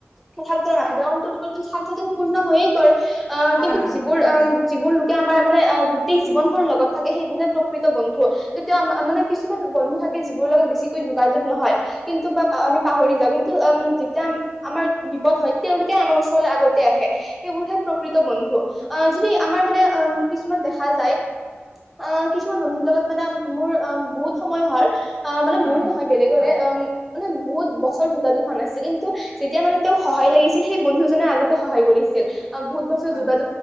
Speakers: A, in the centre; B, on the right.
A: কথা বতৰা নাাপাতে কাৰণ তেওঁলোকৰ স্বাৰ্থত পূৰ্ণ হৈয়ে গৈল অ
B: হয়
A: কিন্তু
B: হয়
A: যিবোৰ
B: ঠিকে কৈছে
A: যিবোৰ তেতিয়া আমাৰ মানে অ গোটেই জীৱন ভৰ লগত থাকে সেই বুললে প্ৰকৃত বন্ধু তেতিয়া আম মানে কিছু কিছুমান বন্ধু থাকে যিবোৰ লগত বেছিকৈ যোগাযোগ নহয় কিন্তু বা আমি পাহৰি যাওঁ উম যেতিয়া আমাৰ বিপদ হয় তেওঁলোকে আমাৰ ওচৰলৈ আগতে আহে সেইবোৰহে প্ৰকৃত বন্ধু অহ যদি আমাৰ মানে অ কিছুমান দেখা যায় অহ কিছুমান বন্ধুৰ লগত মানে মোৰ বহুত সময় হল অ মানে
B: হয়
A: মোৰ
B: হয়
A: নহয় বেলেগলে
B: কোৱা
A: অ মানে বহুত বছৰ জোগা জোগ হৈৱা নাছিল কিন্তু যেতিয়া মানে তেওঁক সহায় লাগিছিল সেই বন্ধুজনে আগতে সহায় কৰিছিল অ বহুত বছৰ
B: হয়
A: যোগাোগ